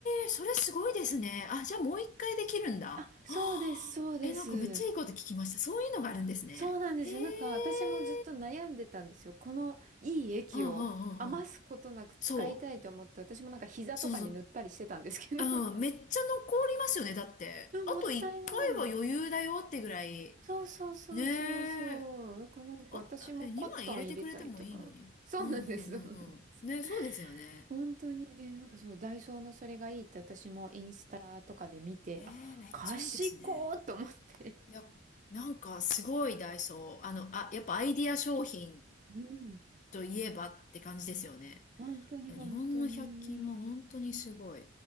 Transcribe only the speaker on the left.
えそれすごいですね。あ、じゃあもう一回できるんだ。
は
あえ、なんかめっちゃいいこと聞きました。そういうのがあるんですね。
へえ。
うんうんうんうん。そう。
そうそう。ああ、
めっちゃ残りますよね、だって。
あと1回は余裕だよってぐらい。
ねえ。
あ、あえ、2枚入れてくれてもいいのに。
うんうんうんうん。
ね、そうですよね。
ええ、
めっちゃいいですね。
いや、なんかすごいダイソー。あの、あ、やっぱアイディア商品
といえばって感じですよね。
いや、日本の百均は本当にすごい。